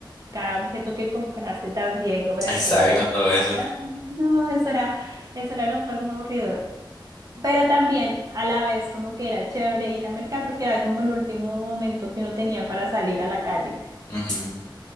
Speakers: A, on the right; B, on the left.
A: cada objeto que compraste también como el alcohol,
B: Exacto, todo eso.
A: Ah, No, eso era, eso era lo más aburridor. Pero también a la vez como que era chévere ir a mercar porque era como el último momento que uno tenía para salir a la calle.
B: Ujú.